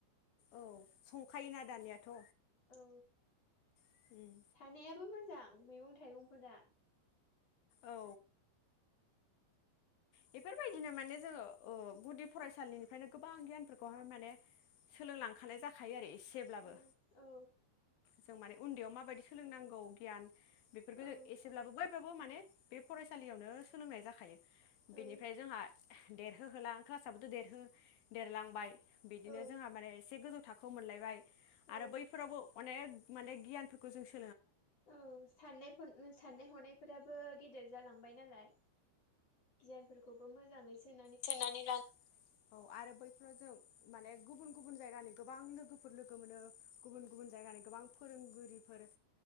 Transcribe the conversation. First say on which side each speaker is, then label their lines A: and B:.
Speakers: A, on the left (about 70°); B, on the left (about 40°).
A: औ संखायोना दानियाथ'
B: औ
A: उम
B: थानायाबो मो जां मैगं थाइगंफोरा
A: औ बेफोरबायदिनो माने जोङो ओ गुदि फरायसालिनिफ्रायनो गोबां गियानफोरखौहाय माने सोलोंलांखानाय जाखायो आरो एसेब्लाबो
B: औ औ
A: जों माने उन्दैयाव माबायदि सोलोंनांगौ गियान बेफोरखो
B: औ
A: जों एसेब्लाबो बो बाबो माने बे फरायसालियावनो सोलोंनाय जाखायो
B: औ
A: बिनिफ्राय जोंहा देरहोहोलां क्लासाबोथ' देरहो देरलांबाय बिदिनो
B: औ
A: जोंहा माने एसे गोजौ थाखोआव मोनलायबाय
B: औ
A: आरो बैफोरावबो अनेक माने गियानफोरखौ जों सो
B: औ साननाय साननाय हनाय फोराबो गेदेर जालांबाय नालाय गियानफोरखौबो मोजाङै सो
A: सोननानै ला औ आरो बैफोराव जों माने गुबुन गुबुन जायगानि गोबां लोगोफोर लोगो मोनो गुबुन गुबुन जायगानि गोबां फोरोंगिरिफोर